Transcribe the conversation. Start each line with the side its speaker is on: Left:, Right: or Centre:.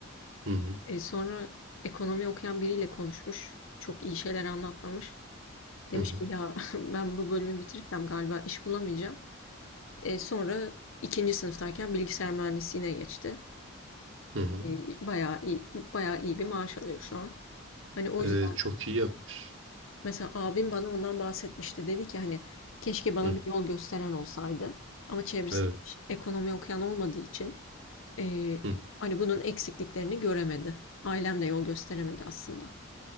Right: Hı hı.
Left: E, sonra ekonomi okuyan biriyle konuşmuş. Çok iyi şeyler anlatmamış. Demiş
Right: Hı hı.
Left: ki ya <laughs> ben bu bölümü bitirirsem galiba iş bulamayacağım. E, sonra ikinci sınıftayken bilgisayar mühendisliğine geçti.
Right: Hı hı.
Left: E, bayağı iyi, bayağı iyi bir maaş alıyor şu an. Hani o yüzden
Right: Ee, çok iyi yapmış.
Left: mesela abim bana ondan bahsetmişti. Dedi ki hani keşke bana
Right: Hı,
Left: bir yol gösteren olsaydı. Ama çevresinde
Right: evet.
Left: hiç ekonomi okuyan olmadığı için e,
Right: Hı.
Left: hani bunun eksikliklerini göremedi. Ailem de yol gösteremedi aslında.